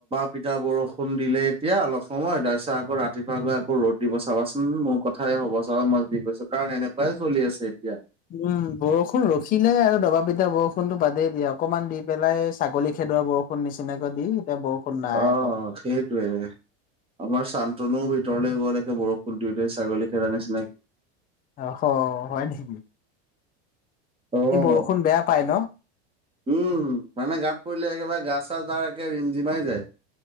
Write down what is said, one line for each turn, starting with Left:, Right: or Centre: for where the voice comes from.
Right: পিঠা বৰষুণ দিলে এতিয়া অলপ সময় তাৰপিছত আকৌ ৰাতিপুৱা গৈ আকৌ ৰ'দ দিব চাবা চ উম মোৰ কথাই হ'ব চব মই যি কৈছো কাৰণ এনেকুৱাই চলি আছে এতিয়া
Left: উম বৰষুণ ৰখিলে আৰু দবা পিতা বৰষুণতো বাদেই দিয়া অকনমান দি পেলাই ছাগলী খিন সেইদোৱা বৰষুণ নিচিনাকৈ দি এতিয়া বৰষুণ নাই
Right: অ
Left: আকৌ
Right: সেইটোয়ে আমাৰ চান্তনু ভ ভিতৰলৈ গ'ল একে বৰষুণ দিওঁ দে ছাগলীখদা নিচিনাকে
Left: অ হয় নেকি
Right: অ'
Left: ই বৰষুণ বেয়া পায় ন
Right: উম মানে গাত পৰিলে একেবাৰে গা চা তাৰ একে ৰিম জিমাই যায়